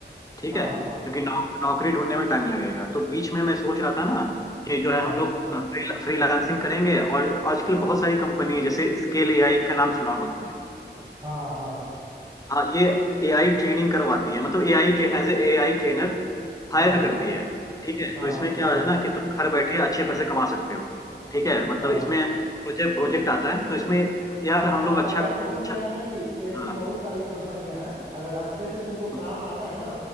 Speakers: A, on the left (about 20°); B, on the right (about 25°).
A: ठीक
B: हाँ
A: है क्योंकि नौक, नौकरी ढूंढने में टाइम लगेगा तो बीच में मैं सोच रहा था ना कि जो
B: हाँ
A: है हम लोग फ्री फ्रीलांसिंग करेंगे और आजकल बहुत सारी कंपनी है जैसे स्केल एआई का नाम सुना होगा तुमने
B: हाँ हाँ
A: हाँ ये एआई ट्रेनिंग करवाती है मतलब AI as a AI trainer hire
B: हाँ
A: करती है ठीक है
B: हाँ
A: तो इसमें क्या
B: हाँ
A: है ना कि तुम घर बैठे अच्छे पैसे कमा सकते हो ठीक है मतलब
B: हाँ
A: इसमें प्रोजेक्ट प्रोजेक्ट आता है तो इसमें यार हम
B: हाँ
A: लोग अच्छा
B: अगर
A: अच्छा
B: तुम क्या है ना कि ऐसी
A: हाँ
B: बहुत सारी कंपनियां हैं अगर अच्छे से तुमको
A: हम्म
B: काम आता है ना